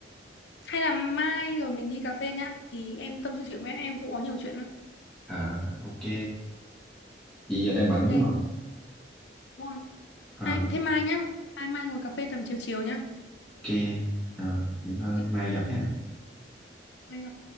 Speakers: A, on the left; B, in the centre.
A: hay là mai rồi mình đi cà phê nhá thì em tâm sự chuyện với em em cũng có nhiều chuyện lắm
B: à ok vậy giờ đang bận đúng
A: ok
B: không
A: đúng rồi
B: à
A: mai, thế mai nhá mai mai ngồi cà phê tầm chiều chiều nhá
B: ok rồi vậy thôi
A: ok
B: mai gặp ha
A: mai gặp